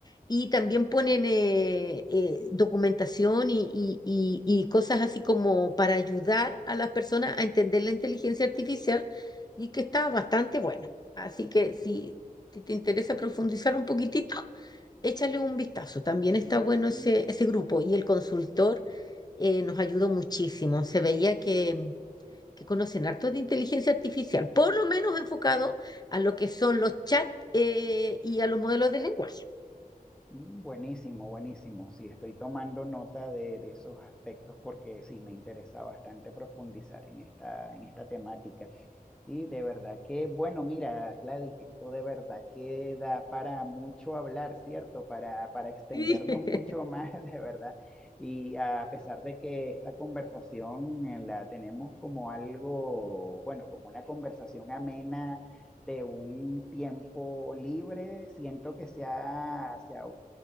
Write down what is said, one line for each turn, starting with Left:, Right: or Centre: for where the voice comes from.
Left: Y también ponen eh, eh, documentación y, y- y- y cosas así como para ayudar a las personas a entender la inteligencia artificial y que está bastante bueno. Así que si, si te interesa profundizar un poquitito, échale un vistazo. También
Centre: Mm,
Left: está bueno
Centre: mm,
Left: ese, ese grupo y el consultor eh, nos ayudó muchísimo. Se veía que, que conocen harto de inteligencia artificial, por lo menos enfocado a lo que son los chats eh, y a los modelos de lenguaje.
Centre: mm, buenísimo, buenísimo. Sí, estoy tomando nota de, de esos aspectos porque sí, me interesa bastante profundizar en esta, en esta temática. Sí, de verdad que, bueno, mira, Gladys, esto de verdad que da para mucho hablar, ¿cierto? Para, para extendernos
Left: Sí. <laughs>
Centre: mucho más, <laughs> de verdad. Y a pesar de que esta conversación eh, la tenemos como algo, bueno, como una conversación amena de un tiempo libre, siento que se ha, se ha-